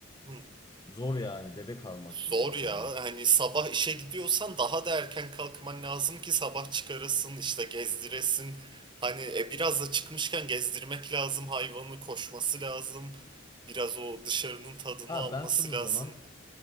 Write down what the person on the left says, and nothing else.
zor yani bebek almak
gibi bir şey
eve.
Aa
ben sana o
zaman